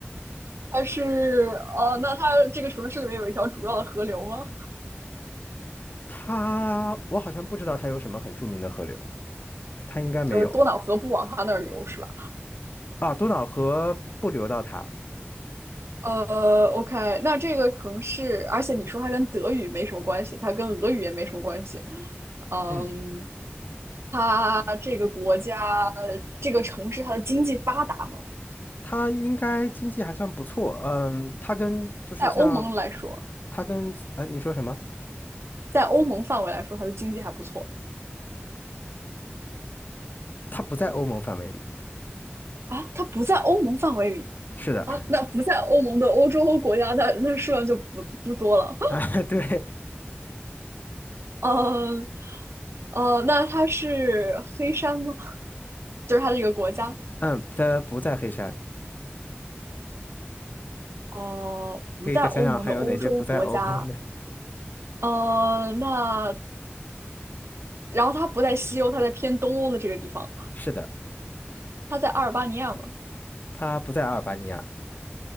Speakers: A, on the right; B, on the left.
A: 它是哦，呃那它这个城市里面有一条主要的河流吗？
B: 它我好像不知道它有什么很著名的河流，它应该没有
A: 就是多瑙河不往它那儿流是吧？
B: 啊。多瑙河不流到它，
A: 呃，OK，那这个城市，而且你说它跟德语没什么关系，它跟俄语也没什么关系。嗯，
B: 嗯，
A: 它这个国家，这个城市，它的经济发达吗？
B: 它应该经济还算不错，嗯，它跟就是像
A: 在欧盟来说，
B: 它跟呃你说什么？
A: 在欧盟范围来说，它的经济还不错
B: 它不在欧盟范围里，
A: 啊。它不在欧盟范围里
B: 是的，
A: 啊，那不在欧盟的欧洲国家，那那数量就不不多了。
B: <laughs> 啊，对，
A: 呃，呃，那它是黑山吗？<laughs> 就是它这个国家，
B: 嗯，它不在黑山，
A: 哦、不在欧盟的欧洲国家，
B: 可以再想想还有哪些不在欧盟的，
A: 呃，那然后它不在西欧，它在偏东欧的这个地方，
B: 是的，
A: 它在阿尔巴尼亚吗？
B: 它不在阿尔巴尼亚。